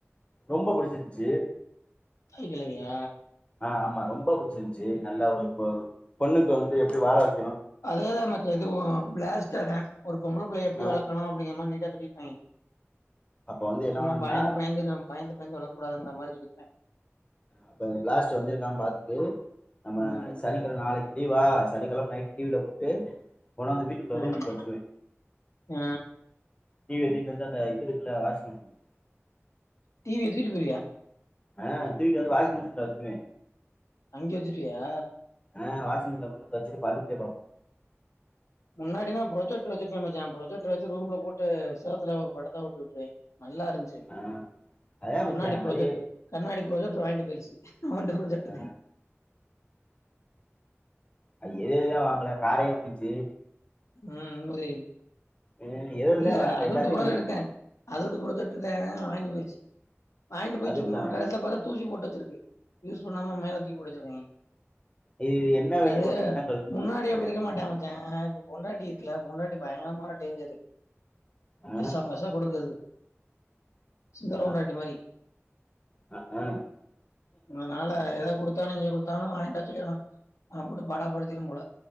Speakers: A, on the left; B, on the left.
A: ரொம்ப புடிச்சிருஞ்சி
B: தாய்கெலவியா
A: ஆமா ரொம்ப புடிச்சிருஞ்சு நல்ல ஒரு ஒ பொண்ணுக்கு வந்து எப்டி வாழ வெ
B: அதே தா மச்சா இதுவு பிளாஸ்ட்டு அதா ஒரு பொம்பள புள்ளைய எப்டி
A: ஆ,
B: வளக்கணு அப்டிங்கிற மாரி நீட்டா சொ <unintelligible>
A: அப்ப வந்து என்ன
B: சும்மா
A: பண்ணணும்னா
B: பய்ந்து பய்ந்து இத பய்ந்து பயந்து வளக்க கூடாது இந்த மாரி சொல்லிர்பே
A: அப்ப பிளாஸ்ட் வந்திருக்கா பாத்துட்டு நம்ம
B: ம்.
A: சனிக்கெழ நாளைக் லீவா சனிக்கெழம நைட்டு டி வி ல போட்டு கொண்டாந்து வீட்டுக்குள்ள
B: ம்.
A: ரூம் குள்ள வெச்சிக்குவே
B: ஆ.
A: டி வி ய தூக்கிட்டு வந்து அந்த இது இருக்கில்ல வாஷிங்மிஷின்
B: டி வி ய தூக்கிட்டு போய்டுவியா
A: ஆ தூக்கிட்டு வந்து வாஷிங் மிஷின்ல வெச்சிருவே
B: அங்க வெச்சுட்ருவியா
A: ஆ வாஷிங் மெசின கொண்டு வந்து வச்சிட்டு படுத்துகிட்டே பாப்பே
B: முன்னாடி நா ப்ரொஜெக்ட்ரு வெச்சிருக்கே மச்சா ப்ரொஜெக்ட்ர் வெச்சு ரூம்ல போட்டு செவுத்துல ஒரு படத்த ஒட்டி உட்ருவே நல்லா இருஞ்சு
A: ஆ அதா
B: கண்ணாடி
A: மச்சா
B: ப்ரொஜெக்ட்
A: அது எ
B: கண்ணாடி ப்ரொஜெக்ட்ரு வாங்கிட்டு போயிடுச்சு அவன்ட தா ப்ரொஜெக்ட்டு
A: ஆ
B: தே
A: அவ எத எதா வாங்கல காரையி வாங்கிச்சி
B: ம் இல்லை
A: ம் எது எதுலா
B: இல்ல
A: வாங்கல
B: அது
A: எல்லாத்தையு
B: உட்டு பொறகெடுத்தே
A: வாங்கிருக்கு
B: அத உட்டு பொறகெடுத்துதே வாய்ண்டு போய்ருச்சி வாய்ண்டு போய்
A: அதிர்ஷ்டமா
B: சும்மா கடசில பாத்தா தூசி போட்டு வெச்சிருக்கு யூஸ் பண்ணாம மேல தூக்கி போட்டு வெச்சிருக்கே
A: இது இது என்ன
B: அது
A: இவ ஒரு எண்ணங்கள்
B: முன்னாடி அப்டி இருக்க மாட் டா மச்சா இப்ப பொண்டாட்டி இருக்குல பொண்டாட்டி பயங்கிறமான டேஞ்சரு
A: ஆ
B: வெஷோ வெஷோ கொடுக்கதுக்கு சுந்தரோ
A: ஆ
B: பொண்டாட்டி மாரி
A: ஆ ஆ
B: அதனால எதா கொடுத் தானு இங்க கொடுத்தானு வாய்ண்ட்டா சொல்லிறனு அவன போட்டு பாடா படுத்திரும்போலா